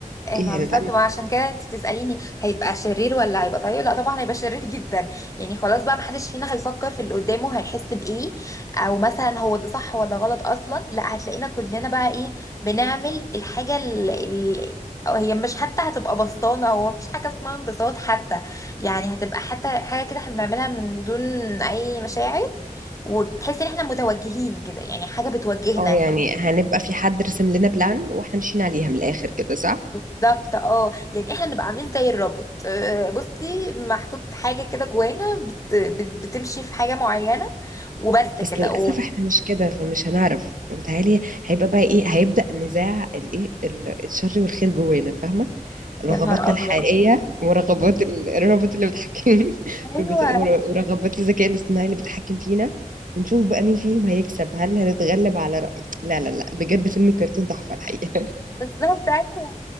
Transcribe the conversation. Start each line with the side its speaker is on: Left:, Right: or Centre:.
Left: إيه
Right: ايه
Left: ما بالظبط
Right: هنتعمل
Left: ما عشان كده انت بتسأليني هيبقى شرير ولا هيبقى طيب لا طبعا هيبقى شرير جدا يعني خلاص بقى محدش فينا هيفكر في اللي قدامه هيحس بإيه او مثلا هو ده صح ولا غلط اصلا لا هتلاقينا كلنا بقى ايه بنعمل الحاجة اللي هي مش حتى هتبقى بسطانة هو مفيش حاجة اسمها انبساط حتى يعني هتبقى حتى حاجة كده احنا بنعملها من دون اي مشاعر وتحس ان احنا متوجهين كده يعني حاجة بتوجهنا
Right: اه يعني هنبقى في حد رسم لنا بلان واحنا ماشيين عليها من الاخر كده صح
Left: بالظبط اه يعني احنا نبقى عاملين زي الروبوت آه، بصي محطوط حاجه كده جوانا بت... بت- بتمشي في حاجه معينه وبس
Right: بس
Left: كده
Right: للاسف
Left: اوه
Right: احنا مش كده فمش هنعرف بتهيألي هيبقى بقى ايه هيبدأ نزاع الايه ال- الشر والخير جوانا فاهمة رغباتنا
Left: يا نهار ابيض
Right: الحقيقية ورغبات ال- الروبوت اللي بيتحكم <laughs>
Left: ايوه
Right: روبوت- ور- ورغبات الذكاء الاصطناعي اللي بيتحكم فينا ونشوف بقى مين فيهم هيكسب هل هنتغلب على رأي لا لا لا بجد فيلم كرتون تحفة الحقيقة
Left: بالظبط ايوه